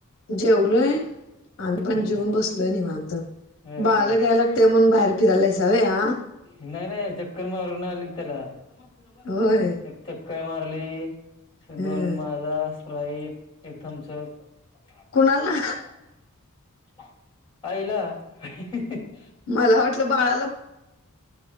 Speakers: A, on the left; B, on the left.
A: जेवलोय <inaudible> आम्ही पण
B: हम्म
A: जेवून बसलोय निवांत <inaudible>
B: बर
A: बाळाला
B: बर
A: घ्यायला ते मग बाहेर फिरायला जाऊ व्हय आ <inaudible>
B: नाही नाही चक्कर मारून आलो की त्याला, <unintelligible>
A: होय
B: <unintelligible> काय मारली, <inaudible>
A: हं
B: दोन माझा स्प्राईट <inaudible> एक थम्सअप- <inaudible> <unintelligible>
A: कुणाला
B: - <inaudible> आईला <unintelligible>
A: मला वाटलं बाळा